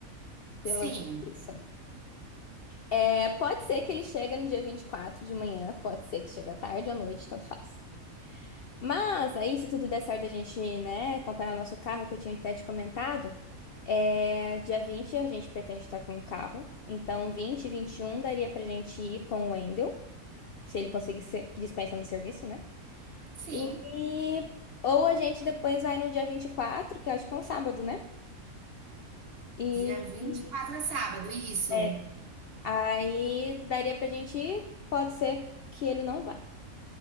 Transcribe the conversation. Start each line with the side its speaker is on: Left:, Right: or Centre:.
Left: pelo
Right: sim,
Left: isso. É, pode ser que ele chegue no dia 24 de manhã, pode ser que chegue à tarde à noite, tanto faz. Mas aí, se tudo der certo, a gente, né, comprar o nosso carro, que eu tinha até te comentado, é, dia 20 a gente pretende estar com o carro. Então, 20 e 21 daria pra gente ir com o Wendel, se ele conseguir ser- dispensa no serviço, né?
Right: sim.
Left: E, ou a gente depois vai no dia 24, que eu acho que é um sábado, né? E,
Right: Dia 24
Left: e-
Right: é sábado, isso.
Left: é, aí daria pra gente ir, pode ser que ele não vá.